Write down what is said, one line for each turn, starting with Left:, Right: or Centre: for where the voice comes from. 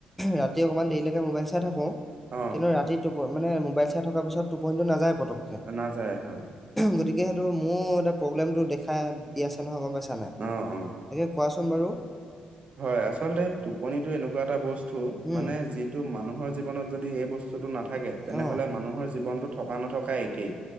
Centre: ৰাতি অকণমান দেৰিলৈকে মোবাইল চাই থাকো,
Right: অ
Centre: কিন্তু ৰাতি টোপ মানে মোবাইল চাই থকাৰ পিছত টোপনি টো নাযায়। পতকে
Right: নাযায় হ
Centre: গতিকে সেইটো মোৰ এটা প্ৰব্লেমটো দেখাই। তি আছে নহয়, গম পাইছা নাই?
Right: অ অ
Centre: তাকে কোৱাচোন বাৰু?
Right: হয়। আচলতে টোপনিতটো এনেকুৱা এটা বস্তু
Centre: উম
Right: মানে যিটো মানুহৰ জীৱনত যদি এই বস্তুটো নাথাকে। তেনেহলে
Centre: অ
Right: মানুহৰ জীৱনটো থকা নথকা একেই